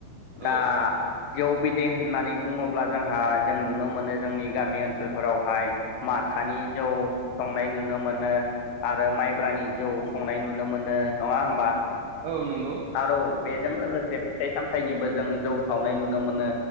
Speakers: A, on the right; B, on the left.
A: औ
B: दा जौ बिदै होननानै बुङोब्ला जोंहा जों नुनो मोनो जोंनि गामि ओनसोलफोरावहाय माथानि जौ संनाय नुनो मोनो आरो माइब्रानि जौ संनाय नुनो मोनो नङा होनबा
A: औ नंगौ
B: आरो बेजों लोगोसे फिथाइ सामथायनिबो जों जौ सावनाय नुनो मोनो